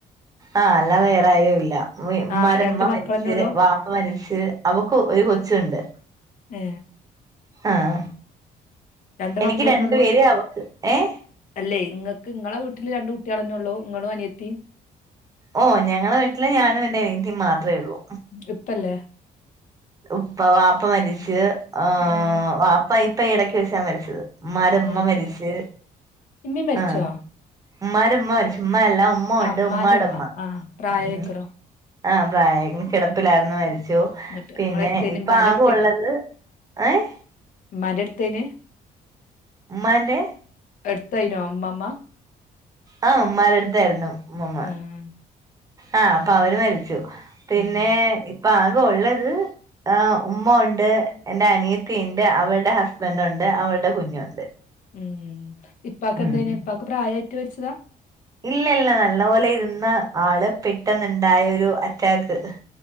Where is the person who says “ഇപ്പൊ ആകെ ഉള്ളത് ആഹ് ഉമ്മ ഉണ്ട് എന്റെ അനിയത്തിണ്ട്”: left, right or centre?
Right